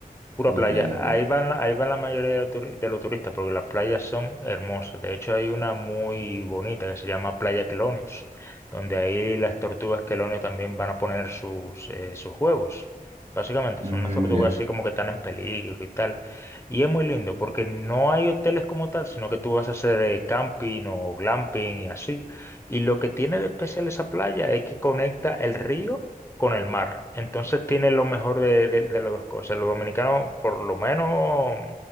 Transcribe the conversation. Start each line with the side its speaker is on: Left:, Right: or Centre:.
Left: Pura playa.
Right: La playa, ya.
Left: Ahí van, ahí van la mayoría de, los turi- de los turistas porque las playas son hermosas. De hecho, hay una muy bonita que se llama Playa Quelonios, donde ahí las tortugas Quelonios también van a poner sus, eh, sus huevos. Básicamente,
Right: Mm,
Left: son unas tortugas
Right: ya.
Left: así como que están en peligro y tal. Y es muy lindo porque no hay hoteles como tal, sino que tú vas a hacer eh, camping o glamping y así. Y lo que tiene de especial esa playa es que conecta el río con el mar. Entonces tiene lo mejor de, de- de las dos cosas. Los dominicanos, por lo menos,